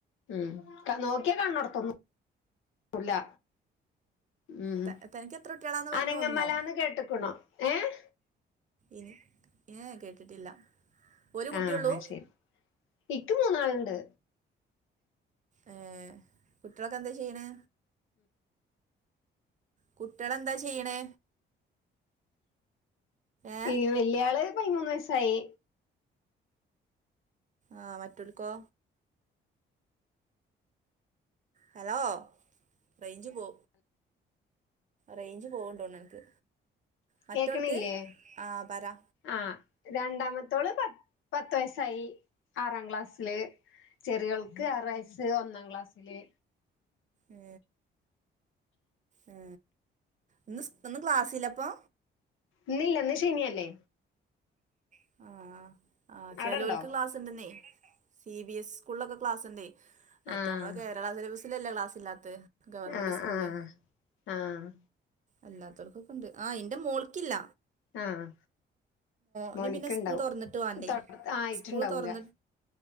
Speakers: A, on the left; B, on the right.
A: ഉം, ക്ക നോക്കിയാ കാൻണോട്ത്തൊന്നും ല്ല. ഉം
B: ത തനിക്ക് എത്ര കുട്ടികളാന്ന് പറഞ്ഞെ
A: അനങ്ങമലാന്ന്
B: ഒന്നോ
A: കേട്ട്ക്ക്ണോ ഏഹ്?
B: ഇ ഏഹ് കേട്ടിട്ടില്ല. ഒരു കുട്ടിയുള്ളൂ
A: ആഹ് ശരി ഇക്ക് മൂന്നാള്ണ്ട്.
B: ഏഹ് കുട്ടിയാളൊക്കെ എന്താ ചെയ്യ്ണ്? കുട്ടിയാളെന്താ ചെയ്യണെ ഏഹ്?
A: ഈ വല്യാള് പയ്മൂന്ന് വയസ്സായി.
B: ആഹ് മറ്റോൽക്കോ? ഹലോ റേഞ്ച് പോ റേഞ്ച് പോ തോൺണ്ട് മറ്റോൽക്ക്
A: കേക്കണില്ലേ
B: ആഹ് പറാ.
A: ആഹ്, രണ്ടാമത്തോള് പ പത്ത് വയസ്സായി ആറാം ക്ലാസ്സില്. ചെറിയോൾക്ക് ആറ്‌ വയസ്സ് ഒന്നാം ക്ലാസില്.
B: ആ ആ ഇന്ന് സ് ഇന്ന് ക്ലാസില്ലെപ്പൊ?
A: ന്നില്ല ന്ന് ശനിയല്ലേ.
B: ആഹ്. ആഹ്
A: അവിടെണ്ടോ
B: ചെലോൽക്ക് ക്ലാസ് ഇണ്ട്ന്നെയ്, സി. ബി. എസ് സ്കൂൾലൊക്കെ ക്ലാസ്ണ്ടേയ് മറ്റാ
A: ആഹ്
B: മ്മളെ കേര <unintelligible> ക്ലാസ് ഇല്ലാത്ത് ഗവർമെന്റ്
A: ആഹ്
B: സ്കൂള്ല്.
A: ആഹ് ആഹ്
B: അല്ലാത്തവർക്കൊക്കണ്ട് ആ എന്റെ മോൾക്കില്ല.
A: ആഹ്.
B: അല്ലെ
A: മോനിക്ക്ണ്ടാവും
B: പിന്നെ സ്കൂൾ തൊറന്നിട്ട് വാണ്ടേ,
A: തൊട ആയിട്ടുണ്ടാവൂല
B: സ്കൂൾ തൊറന്ന്